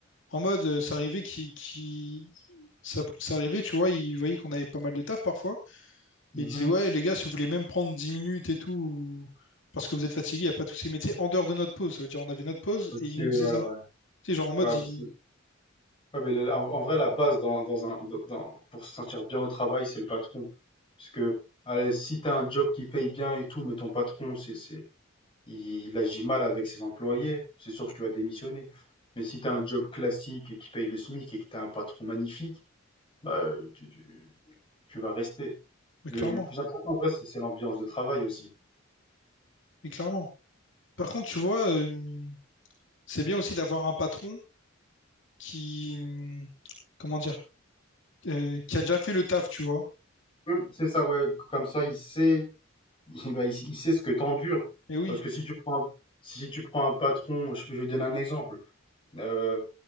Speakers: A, on the left; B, on the left.
A: En mode, euh, ça arrivait qui, qui... Ça, ça arrivait, tu vois, ils voyaient qu'on avait pas mal de taf parfois.
B: Mmh
A: Et ils disaient, ouais, les gars, si vous voulez même prendre 10 minutes et tout, parce que vous êtes fatigués, il n'y a pas tous ces métiers en dehors de notre pause. Ça veut dire, on avait notre pause
B: OK,
A: et ils
B: ouais,
A: nous disaient
B: ouais.
A: ça. C'est genre en mode,
B: Ouais,
A: il-
B: bah, c'est Ouais, mais la- en, en vrai, la base dans, dans un, dans- dans- pour se sentir bien au travail, c'est le patron. Parce que allez, si tu as un job qui paye bien et tout, mais ton patron, c'est, c'est, il agit mal avec ses employés, c'est sûr que tu vas démissionner. Mais si tu as un job classique qui paye le SMIC et que tu as un patron magnifique, bah, euh, tu, tu- tu vas rester.
A: Mais
B: Le,
A: clairement,
B: le plus important, en vrai, c'est c'est l'ambiance de travail aussi.
A: mais clairement. Par contre, tu vois, euh, c'est bien aussi d'avoir un patron qui, comment dire, euh, qui a déjà fait le taf, tu vois.
B: Hum, c'est ça, ouais. Comme ça, il sait, il, bah, il- il sait ce que t'endures.
A: Mais oui.
B: Parce que si tu prends, un- si tu prends un patron, je je vais donner un exemple. Euh,